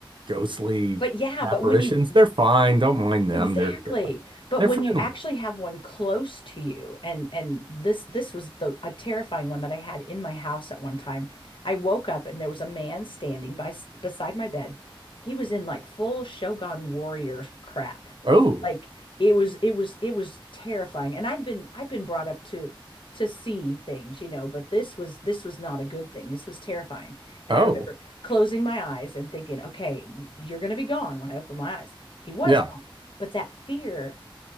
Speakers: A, on the right; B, on the left.
A: ghostly
B: but yeah,
A: apparitions.
B: but when you
A: They're fine. Don't mind them.
B: exactly,
A: They're they're fine.
B: but
A: They're
B: when
A: friendly.
B: you actually have one close to you, and and this this was the a terrifying one that I had in my house at one time. I woke up and there was a man standing by s- beside my bed. He was in like full Shogun warrior crap,
A: Oh.
B: like it was it was it was terrifying. And I've been I've been brought up to to see things, you know, but this was this was not a good thing. This was terrifying. And
A: Oh.
B: I remember closing my eyes and thinking, okay, y- you're going to be gone when I open my eyes. He was
A: Yeah.
B: gone. But that fear,